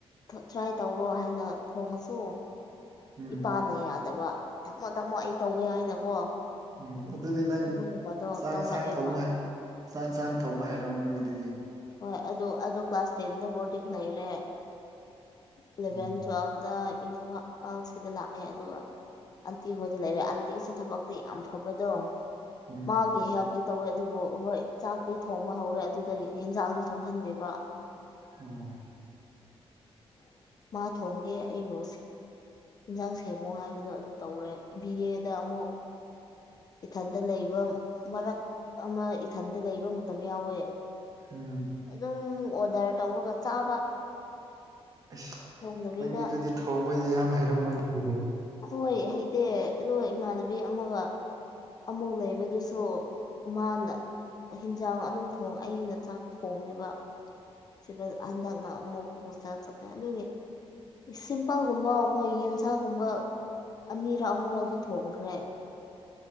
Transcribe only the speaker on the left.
ꯇ꯭ꯔꯥꯏ ꯇꯧꯔꯣ ꯍꯥꯏꯅ ꯊꯣꯡꯉꯁꯨ
ꯏꯄꯥꯅ ꯌꯥꯗꯕ ꯊꯝꯃꯣ ꯊꯝꯃꯣ ꯑꯩ ꯇꯧꯒꯦ ꯍꯥꯏꯅꯀꯣ
ꯑꯗꯨꯒꯨꯝꯕꯗꯣ
ꯇꯧꯔꯛꯑꯦꯕ
ꯍꯣꯏ ꯑꯗꯨ ꯑꯗꯨ ꯀ꯭ꯂꯥꯁ ꯇꯦꯟꯗ ꯕꯣꯔꯗꯤꯡ ꯂꯩꯔꯦ ꯏꯂꯦꯚꯦꯟ
ꯇꯨꯋꯦꯜ ꯗ ꯏꯝꯐꯥꯜ ꯁꯤꯗ ꯂꯥꯛꯑꯦ ꯑꯗꯨꯒ ꯑꯟꯇꯤ ꯍꯣꯏꯗ ꯂꯩꯔꯦ ꯑꯟꯇꯤꯁꯨ ꯊꯕꯛꯇꯣ ꯌꯥꯝ ꯐꯕꯗꯣ
ꯃꯥꯒꯤ ꯍꯦꯜꯞꯇꯤ ꯇꯧꯋꯦ ꯑꯗꯨꯕꯨ ꯍꯣꯏ ꯆꯥꯛꯇꯤ ꯊꯣꯡꯕ ꯍꯧꯔꯦ ꯑꯗꯨꯗꯒꯤ ꯍꯦꯟꯖꯥꯡꯗꯨ ꯊꯣꯡꯍꯟꯗꯦꯕ
ꯃꯥ ꯊꯣꯡꯒꯦ ꯑꯩꯕꯨ ꯌꯦꯟꯁꯥꯡ ꯁꯦꯝꯃꯨ ꯍꯥꯏꯕꯗꯣ ꯑꯗꯨ ꯇꯧꯔꯦ ꯕꯤ ꯑꯦꯗ ꯑꯃꯨꯛ ꯏꯊꯟꯗ ꯂꯩꯕ ꯃꯔꯛ ꯑꯃ ꯏꯊꯟꯗ ꯂꯩꯕ ꯃꯇꯝ ꯌꯥꯎꯋꯦ
ꯑꯗꯨꯝ ꯑꯣꯗꯔ ꯇꯧꯔꯒ ꯆꯥꯕ
ꯊꯣꯡꯗꯕꯤꯗ
ꯍꯣꯏ ꯍꯩꯇꯦ ꯑꯣ ꯏꯃꯥꯟꯅꯕꯤ ꯑꯃꯒ ꯑꯃꯨꯛ ꯂꯩꯕꯗꯨꯁꯨ ꯃꯥꯅ ꯍꯤꯟꯖꯥꯡ ꯑꯗꯨꯝ ꯊꯣꯡ ꯑꯩꯅ ꯆꯥꯛ ꯊꯣꯡꯉꯦꯕ ꯁꯤꯗ ꯍꯟꯗꯛꯅ ꯑꯃꯨꯛ ꯍꯣꯁꯇꯦꯜ ꯆꯠꯂꯦ ꯑꯗꯨꯒꯤ ꯁꯤꯝꯄꯜꯒꯨꯝꯕ ꯑꯩꯈꯣꯏ ꯌꯦꯟꯁꯥꯒꯨꯝꯕ ꯑꯅꯤꯔꯛ ꯑꯍꯨꯝꯔꯥꯎꯗꯤ ꯊꯣꯡꯈ꯭ꯔꯦ